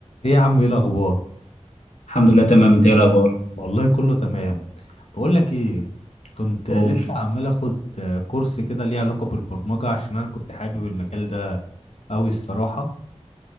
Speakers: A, on the left; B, on the left.
A: ايه يا عم ايه الاخبار
B: الحمد لله تمام انت ايه الاخبار
A: والله كله تمام بقول لك ايه كنت
B: قول
A: لسه عمال اخد كورس كده ليه علاقه بالبرمجه عشان انا كنت حابب المجال ده قوي الصراحه